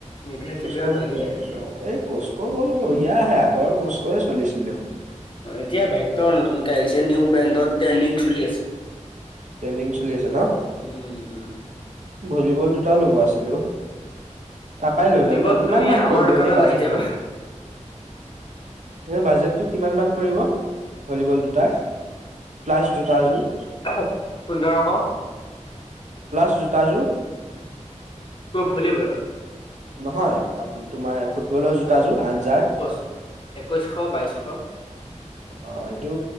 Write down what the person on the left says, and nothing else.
নিভিয়া
চিভিয়া ভালেই
আহে
এতিয়া ভেক্টৰ নতুনকৈ আহিছে নিউ ব্ৰেণ্ডত ট্ৰেণ্ডিং চলি আছে।
উম উম
ভলীবল
তুমি
আমাৰ
দোকানত
আহি যাবা
পোন্ধৰশ
কৰ ভলীবলত
পচ একৈছশ বাইছশ